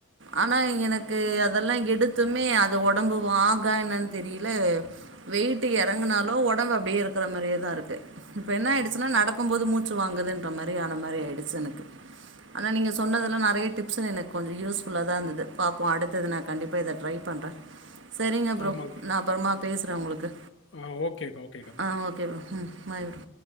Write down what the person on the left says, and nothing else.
ஆமாங்க்கா
ஆ ஓகேகா